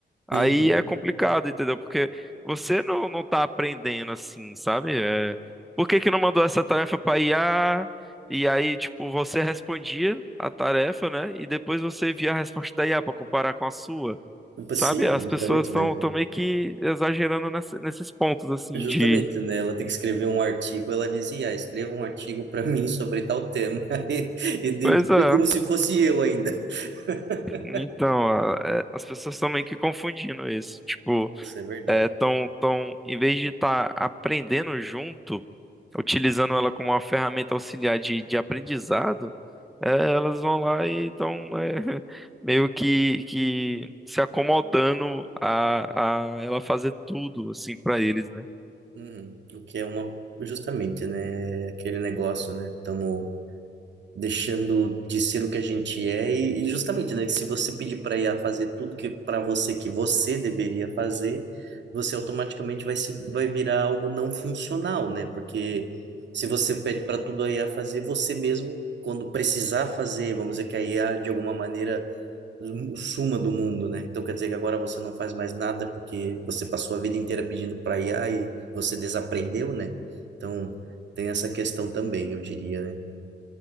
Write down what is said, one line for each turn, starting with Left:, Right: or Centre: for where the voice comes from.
Centre: Aí
Right: Uhum.
Centre: é complicado, entendeu? Porque você não, não tá aprendendo assim, sabe? É, Por que que não mandou essa tarefa para IA? E aí, tipo, você respondia a tarefa, né? E depois você via a resposta da IA para comparar com a sua.
Right: Um passeio,
Centre: Sabe? As
Right: bastante,
Centre: pessoas estão
Right: né?
Centre: meio que exagerando nessa- nesses pontos, assim,
Right: Justamente,
Centre: de...
Right: né? Ela tem que escrever um artigo. Ela dizia, ah, escreva um artigo para mim sobre tal tema. <laughs> E, e dedica
Centre: Pois é,
Right: como se fosse eu ainda. <laughs>
Centre: Então, a- é, as pessoas estão meio que confundindo isso. Tipo,
Right: Isso é verdade.
Centre: é, tão, tão, em vez de estar aprendendo junto, utilizando ela como uma ferramenta auxiliar de, de aprendizado, é, elas vão lá e estão, <laughs> meio que, que se acomodando a, a ela fazer tudo, assim, para eles, né?
Right: Uhum. O que é uma, justamente, né? Aquele negócio, né? Estamos deixando de ser o que a gente é e, e justamente, né, que se você pedir para IA fazer tudo que para você que você deveria fazer, você automaticamente vai se vai virar algo não funcional, né? Porque se você pede para tudo a IA fazer, você mesmo quando precisar fazer, vamos dizer que a IA de alguma maneira suma do mundo, né? Então quer dizer que agora você não faz mais nada porque você passou a vida inteira pedindo para IA e você desaprendeu, né? Então tem essa questão também, eu diria, né?